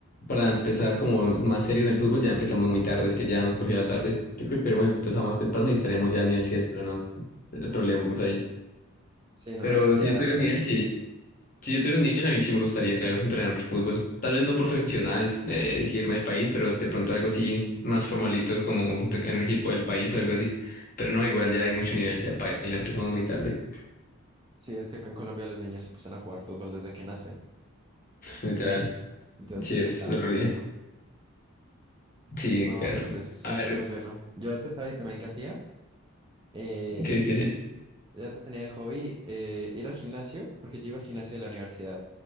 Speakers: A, on the left; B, on the right.
A: para empezar como más serio en el fútbol ya empezamos muy tarde, es que ya nos cogió la tarde. Yo creo que hemos empezado más temprano y estaríamos ya al nivel que es, pero no, la troleamos ahí.
B: Sí, no,
A: Pero
B: es que ya,
A: si yo tuviera
B: tin.
A: nivel, sí. Si yo tuviera nivel, a mí sí me gustaría, claro, entrenar fútbol. Tal vez no profesional, eh, irme al país, pero de pronto algo así más formalito como de- en un equipo del país o algo así. Pero no, igual ya hay mucho nivel, ya para la empezamos muy tarde,
B: Sí, es que acá en Colombia los niños se empiezan a jugar fútbol desde que nacen.
A: literal.
B: Entonces,
A: Sí,
B: pues
A: es
B: qué tan
A: la
B: complejo.
A: realidad. Sí,
B: No,
A: gas.
B: pero pues,
A: A ver,
B: pero pues bueno, yo antes, ¿sabes también qué hacía? Eh,
A: ¿qué, qué es?
B: yo antes tenía de hobby eh, ir al gimnasio, porque yo iba al gimnasio de la universidad,